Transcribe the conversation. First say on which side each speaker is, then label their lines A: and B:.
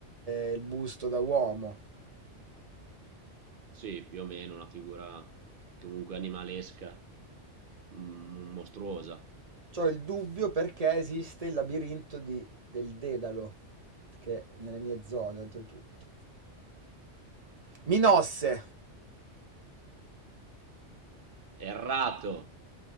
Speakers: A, on the right (about 30°); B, on the right (about 55°).
A: e il busto da uomo.
B: Sì, più o meno una figura comunque animalesca, mm, mostruosa.
A: C'ho il dubbio perché esiste il labirinto di- del Dedalo, che è nelle mie zone, oltretutto. Minosse!
B: Errato,